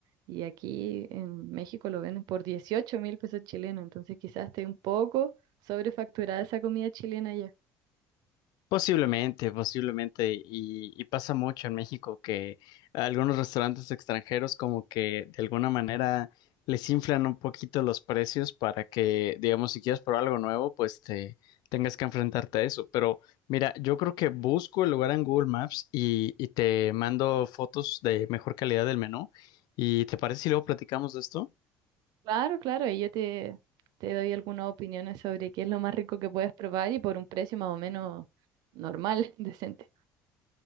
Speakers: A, on the right; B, on the left.
A: Y aquí en México lo venden por dieciocho mil pesos chilenos, entonces quizás esté un poco sobrefacturada esa comida chilena ya.
B: Posiblemente, posiblemente, y, y pasa mucho en México que algunos restaurantes extranjeros como que de alguna manera les inflan un poquito los precios para que, digamos, si quieres probar algo nuevo, pues te tengas que enfrentarte a eso. Pero mira, yo creo que busco el lugar en Google Maps y, y te mando fotos de mejor calidad del menú. ¿Y te parece si luego platicamos de esto?
A: Claro, claro, ahí yo te, te doy algunas opiniones sobre qué es lo más rico que puedes probar y por un precio más o menos normal, <laughs> decente.